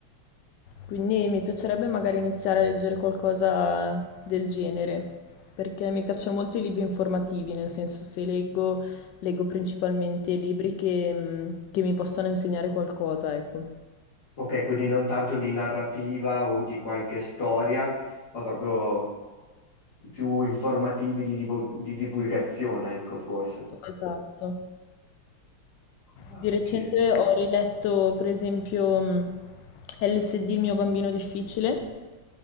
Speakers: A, on the left; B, on the left.
A: quindi mi piacerebbe magari iniziare a leggere qualcosa del genere, perché mi piacciono molto i libri informativi, nel senso se leggo, leggo principalmente libri che, mm, che mi possono insegnare qualcosa, ecco.
B: Ok, quindi non tanto di narrativa o di qualche storia, ma proprio più informativi di, divul- di divulgazione, ecco, forse.
A: Esatto.
B: Ah,
A: Di recente
B: ok.
A: ho riletto, per esempio, mh, LSD, il mio bambino difficile,